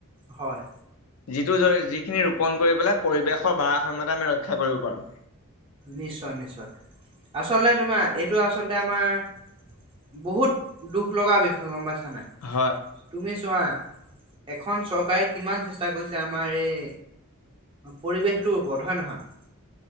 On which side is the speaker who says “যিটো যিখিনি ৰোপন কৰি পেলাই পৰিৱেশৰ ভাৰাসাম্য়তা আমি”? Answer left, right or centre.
Left